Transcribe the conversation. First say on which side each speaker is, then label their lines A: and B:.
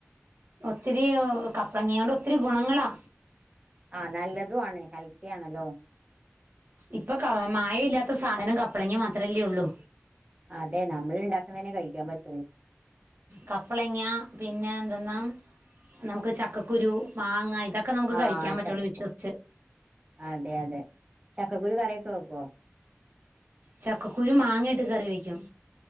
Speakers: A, on the right; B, on the right.
A: ഒത്തിരി ഹോ കപ്ലടങ്ങ്യോണ്ടൊത്തിരി ഗുണങ്ങളാ
B: ആഹ് നല്ലതും ആണ് ഹെൽത്തി ആണല്ലോ
A: ഇപ്പൊ ക മായ ഇല്ലാത്ത സാധനം കപ്പളങ്ങ്യ മാത്രല്ലേ ഉള്ളൂ.
B: അതെ നമ്മൾ ഇണ്ടാക്കുന്നതന്നെ കഴിക്കാൻ പറ്റൊള്ളൂ
A: കപ്ലങ്ങാ പിന്നെ എന്തെന്നാ നമുക്ക് ചക്കക്കുരു മാങ്ങ ഇതൊക്കെ നമുക്ക്
B: ആഹ്
A: കഴിക്കാൻ പറ്റുള്ളൂ
B: ചക്ക
A: വിശ്വസിച്ച്
B: അതെ അതെ ചക്കക്കുരു കറിക്കെ വെക്കോ
A: ചക്കക്കുരു മാങ്ങിയിട്ട് കറി വെക്കും